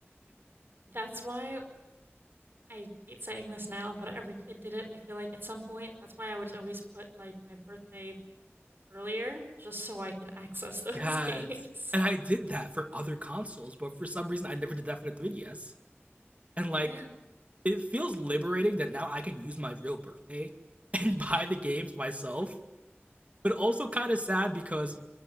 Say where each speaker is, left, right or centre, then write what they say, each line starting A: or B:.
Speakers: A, on the right; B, on the right.
A: That's why I hate saying this now, but every kid did it, I feel like, at some point. That's why I would always put, like, my birthday earlier, just so I can access those
B: Yes.
A: <laughs> games.
B: And I did that for other consoles, but for some reason I never did that for the 3DS. And like
A: Yeah,
B: it feels liberating that now I can use my real birthday <laughs> and
A: <laughs>
B: buy the games myself but also kind of sad because